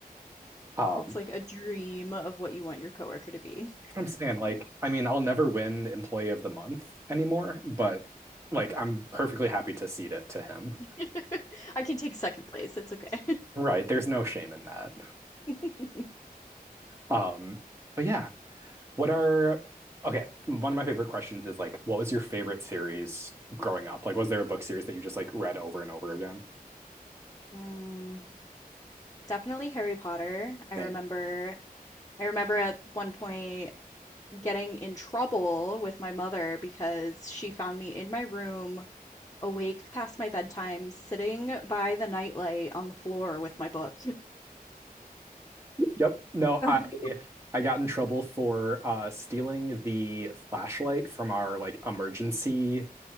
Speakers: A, on the right; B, on the left.
A: Um,
B: It's like a dream of what you want your coworker to be.
A: I'm saying like, I mean, I'll never win Employee of the Month anymore, but like, I'm perfectly happy to cede it to him.
B: <laughs> I can take second place. It's okay.
A: Right? There's no shame in that.
B: <laughs>
A: Um, but yeah, What are, okay, one of my favorite questions is like, what was your favorite series growing up? Like, was there a book series that you just like read over and over again?
B: Mm, definitely Harry Potter. I
A: Same.
B: remember I remember at one point getting in trouble with my mother because she found me in my room awake past my bedtime, sitting by the nightlight on the floor with my book.
A: Yep. No,
B: <laughs>
A: I I got in trouble for uh stealing the flashlight from our like emergency